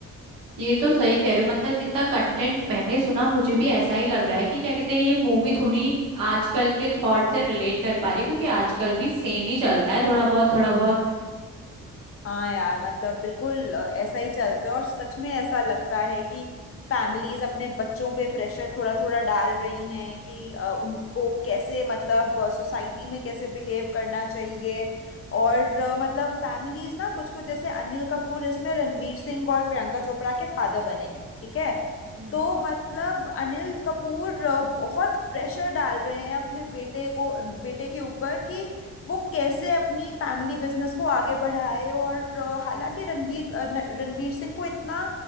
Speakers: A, on the right; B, on the left.
A: ये तो सही कह रही हो मतलब जितना कंटेंट मैंने सुना मुझे भी ऐसा ही लग रहा है कि क्या कहते हैं ये मूवी थोड़ी आजकल के थॉट से रिलेट कर पा रही है क्योंकि आजकल भी सेम ही चलता है थोड़ा बहुत थोड़ा बहुत
B: हाँ यार मतलब बिल्कुल अ, ऐसा ही चलता है और सच में ऐसा लगता है कि फैमिलीज अपने बच्चों पे प्रेशर थोड़ा थोड़ा डाल रही हैं कि अ, उनको कैसे मतलब सोसाइटी में कैसे बिहेव करना चाहिए और अ, मतलब फैमिलीज ना कुछ कुछ जैसे अनिल कपूर इसमें रणवीर सिंह और प्रियंका चोपड़ा के फादर बने हैं ठीक है
A: हम्म
B: तो मतलब अनिल कपूर अ, बहुत प्रेशर डाल रहे हैं अपने बेटे को बेटे के ऊपर कि वो कैसे अपनी फैमिली बिजनेस को आगे बढ़ाए और अ, हालांकि रणबीर अ, न- रणबीर सिंह को इतना